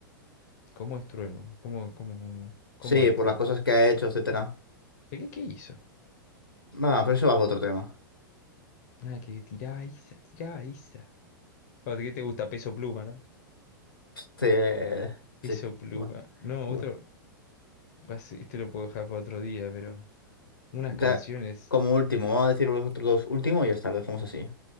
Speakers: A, on the left (about 50°); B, on the left (about 85°).
A: ¿Cómo es Trueno? ¿Cómo, cómo, cómo, cómo
B: Sí,
A: es
B: por
A: Trueno?
B: las cosas que ha hecho, etcétera.
A: ¿Qué, qué, hizo?
B: Va, pero eso va para otro tema.
A: Nada, que tiraba esa, tiraba esa. Ah, ¿Qué te gusta? Peso Pluma, ¿no?
B: Este...
A: Peso
B: Sí.
A: Pluma.
B: Bueno,
A: No,
B: bueno.
A: otro. así, Este lo puedo dejar para otro día, pero. Unas
B: Ya,
A: canciones.
B: como último, vamos a decir los otros dos últimos y ya está, lo dejamos así.